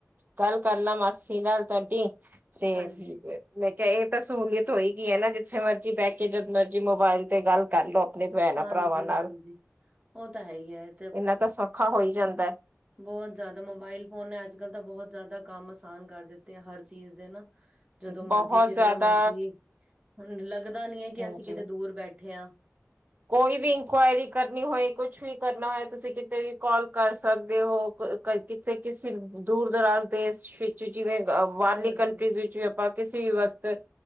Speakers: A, on the right; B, on the right.
A: ਗੱਲ ਕਰਲਾ ਮਾਸੀ ਨਾਲ ਤੁਹਾਡੀ ਤੇ
B: ਹਾਂਜੀ,
A: <unintelligible> ਮੈਂ ਕਿਆ ਏ ਤਾਂ ਸਹੂਲੀਅਤ ਹੋਏਗੀ ਐ ਨਾ ਜਿੱਥੇ ਮਰਜ਼ੀ ਬੈ ਕੇ ਜਦ ਮਰਜ਼ੀ ਮੋਬਾਇਲ ਤੇ ਗੱਲ ਕਰਲੋ ਆਪਣੇ ਭੈਣਾਂ
B: ਹਾਂਜੀ,
A: ਭਰਾਵਾਂ ਨਾਲ
B: ਹਾਂਜੀ ਉਹ ਤਾਂ ਹੈ ਹੀ ਹੈ
A: ਇਨਾ ਤਾਂ ਸੌਖਾ ਹੋਈ ਜਾਂਦੈ।
B: ਬੋਤ ਜਾਦਾ ਮੋਬਾਇਲ ਫੋਨ ਨੇ ਅੱਜ ਕੱਲ ਤਾਂ ਬੋਹਤ ਜਾਦਾ ਕੰਮ ਆਸਾਨ ਕਰ ਦਿੱਤੇ ਐ ਹਰ ਚੀਜ਼ ਦੇ ਨਾ। <inaudible> ਜਦੋਂ
A: ਬਹੁਤ
B: ਮਰਜੀ ਜਿਦੇ
A: ਜ਼ਿਆਦਾ
B: ਨਾਲ ਮਰਜੀ ਹੁਣ ਲੱਗਦਾ ਨੀ
A: ਹਾਂਜੀ
B: ਐ ਕੀ ਅਸੀਂ ਕਿਤੇ ਦੂਰ ਬੈਠੇ ਆ।
A: ਕੋਈ ਵੀ ਇੰਕੁਆਇਰੀ ਕਰਨੀ ਹੋਏ ਕੁਛ ਵੀ ਕਰਨਾ ਹੋਏ ਤੁਸੀਂ ਕਿਤੇ ਵੀ ਕੋਲ ਕਰ ਸਕਦੇ ਹੋ ਕ ਕ ਕਿਤੇ ਕਿਸੀ ਦੂਰ ਦਰਾਜ ਦੇਸ ਵਿੱਚ ਜਿਵੇਂ ਅ ਬਾਹਰਲੀ
B: ਹੋਰ
A: ਕੰਟਰੀਜ਼
B: ਜੀ
A: ਵਿੱਚ ਵੀ ਆਪਾਂ ਕਿਸੀ ਵੀ ਵਕਤ